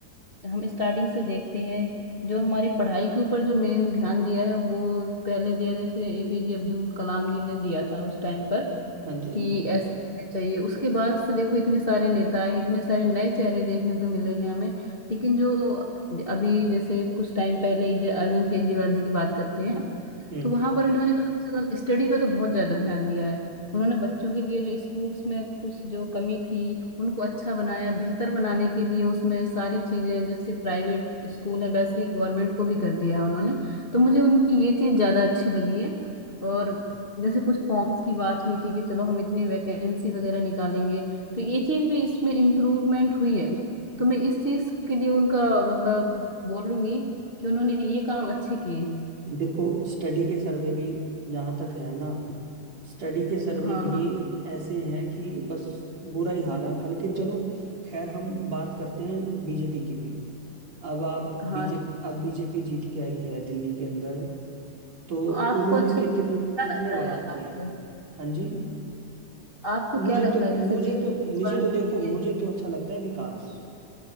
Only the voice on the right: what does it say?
हाँ जी हाँ
जी।
हम्म
देखो स्टडी के सर्वे भी जहाँ तक है ना स्टडी के सर्वे
भी
ऐसे हैं कि बस बुरा ही हाल है उनका लेकिन चलो खैर हम बात करते हैं बीजेपी की भी अब आप
बीजेपी
अब बीजेपी जीत के आई है दिल्ली के अंदर तो
उन्होंने
कितने कितने
वादे
किए
हैं हाँ जी
मुझे
तो
मुझे
तो मुझे
तो देखो
मुझे तो अच्छा लगता है विकास